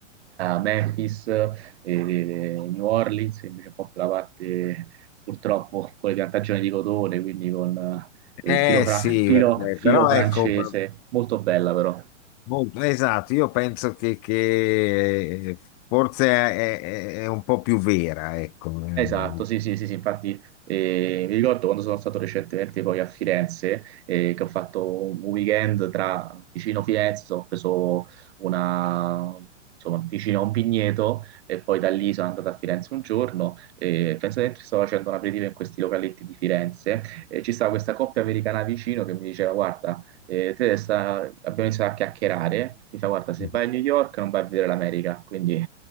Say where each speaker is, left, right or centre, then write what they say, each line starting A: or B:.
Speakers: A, on the right; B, on the left.
A: Memphis e e New Orleans, invece un po' più la parte purtroppo con le piantagioni di cotone, quindi con eh,
B: Eh
A: filo, fra-
B: sì,
A: filo-
B: vabbè,
A: filo
B: però
A: francese,
B: ecco, b-
A: molto bella però.
B: molto- esatto, io penso che, che eh, forse è, è- è un po' più vera, ecco. Eh, mm,
A: Esatto, sì, sì, sì, sì, infatti eh, mi ricordo quando sono stato recentemente poi a Firenze, eh, che ho fatto un weekend tra vicino Firenze, ho preso una, insomma, vicino a un vigneto e poi da lì sono andato a Firenze un giorno e penso che stavo facendo un aperitivo in questi localetti di Firenze e ci stava questa coppia americana vicino che mi diceva guarda, eh, te sta- abbiamo iniziato a chiacchierare, mi fa guarda se
B: mm.
A: vai a New York non vai a vedere l'America, quindi